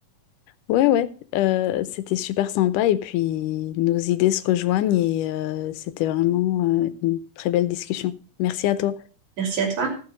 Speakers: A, on the left; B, on the right.
A: Ouais ouais, euh, c'était super sympa et puis nos idées se rejoignent et euh, c'était vraiment euh, une très belle discussion. Merci à toi.
B: Merci à toi.